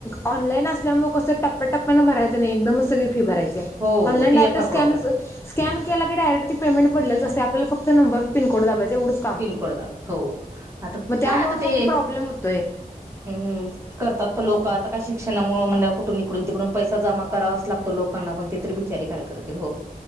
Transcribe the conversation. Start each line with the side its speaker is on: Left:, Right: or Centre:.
Left: ऑनलाईन असल्यामुळे कसं टप्प्याटप्प्यानं भरायचं नाही, एकदमच सगळी फी भरायची आहे.
Right: हो
Left: ऑनलाईन
Right: ती
Left: डाटा
Right: एक फार
Left: स्कन
Right: प्रॉब्लेम
Left: स्कॅन केला डयरेक् ती पेंमेट पडलेलच असते. आपल्याला फक्त नबर पिनकोड दखबायचे एढच.
Right: पिनकोड दबायच, हो आता
Left: त्यामुळे
Right: काय आता ते
Left: मग प्रॉब्लेम होतोय
Right: हम् करतात पण लोक आता काय शिक्षणामुळे म्हणल्यावर कुठून इिकडून -तिकडून पैसा जमा करावाच लागतो लोकांना पण ते तरी बिचारी काय करतील, हो-